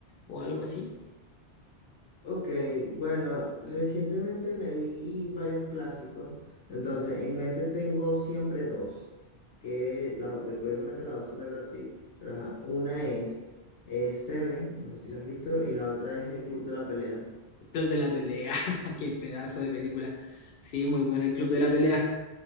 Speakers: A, on the left; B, on the left.
A: o algo así?
B: Ok, bueno, recientemente me vi varios clásicos, entonces en mente tengo siempre dos, que la- de- curiosamente las dos son de Brad Pitt, pero ajá, una es, eh, Seven, no sé si la has visto, y la otra es El Club de la Pelea.
A: Club de la Pelea, <laughs> qué pedazo de película. Sí, muy buena el Club de la Pelea.